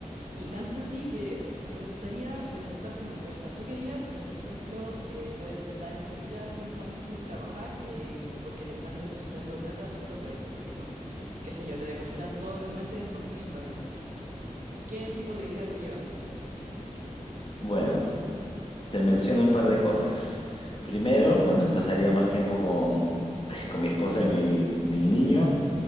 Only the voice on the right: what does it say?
Y tanto sí que me gustaría preguntarte una cosa. ¿Tú querías si, por ejemplo, eh, puedes estar en tu vida cinco años sin trabajar eh, porque te están depositando plata solo por existir, ¿no? Qué sé yo, te depositan todos los meses dos mil dólares. ¿Qué tipo de vida tú llevarías?